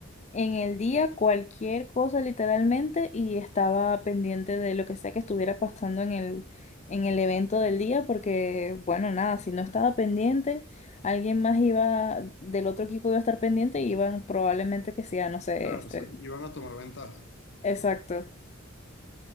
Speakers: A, on the left; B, on the left.
A: en el día, cualquier cosa literalmente, y estaba pendiente de lo que sea que estuviera pasando en el, en el evento del día, porque, bueno, nada, si no estaba pendiente, alguien más iba, del otro equipo iba a estar pendiente y iban probablemente que sea, no sé,
B: Claro,
A: este.
B: se- iban a tomar ventaja.
A: Exacto.